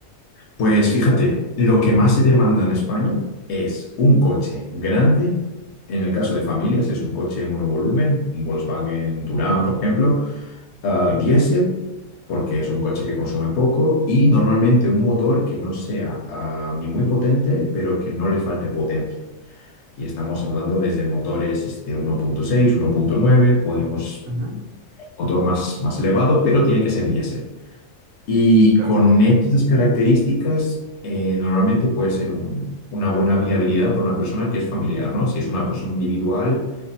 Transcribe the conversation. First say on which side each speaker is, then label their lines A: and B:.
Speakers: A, on the left (about 65°); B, on the right (about 85°).
A: Pues fíjate, lo que más se demanda en España es un coche grande, en el caso de familias es un coche monovolumen, un Volkswagen Touran, por ejemplo, ah,
B: Sí.
A: diésel, porque es un coche que consume poco, y normalmente un motor que no sea ah, ni muy potente, pero que no le falte potencia. Y estamos hablando desde motores este, uno uno punto seis, uno punto nueve, podemos
B: Ujú.
A: motor más, más elevado, pero tiene que ser diésel. Y
B: Claro,
A: con esas características, eh, normalmente puede ser un- una buena viabilidad para una persona que es familiar, ¿no? Si es una persona individual,